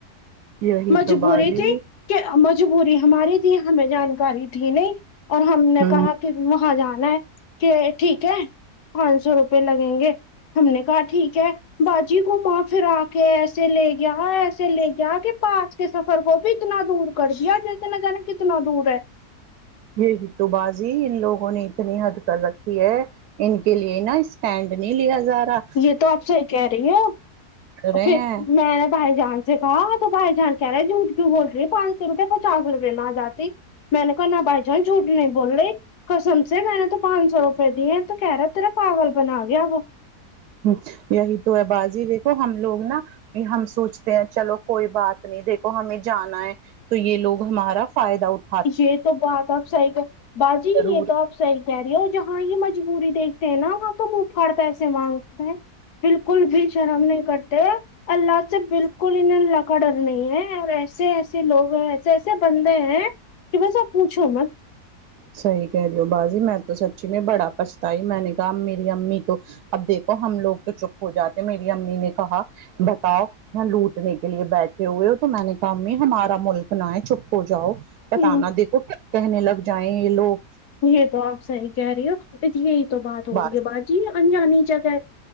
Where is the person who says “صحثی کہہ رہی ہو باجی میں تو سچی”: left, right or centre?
Right